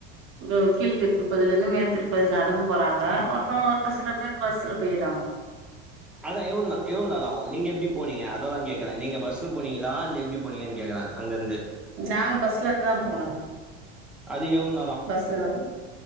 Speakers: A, on the right; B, in the centre.
A: ம் கீழ் திருப்பதிலருந்து மேல் திருப்பதி நடந்து போறாங்க ஒர்த்தோ ஒரு சில பேர் பஸ்ஸுல போயிட்றாங்க
B: அதா எவ்ள் ந எவ்ள் நேரோ ஆகு நீங்க எப்டி போனீங்க அததா கேக்கற நீங்க பஸ்ல போனீங்களா இல்ல எப்டி போனீங்கன் கேக்கறே அங்கர்ந்து
A: நாங்க பஸ்ல தா போனோ
B: அதுக் எவ்ள்
A: பஸ்ல தா போனோ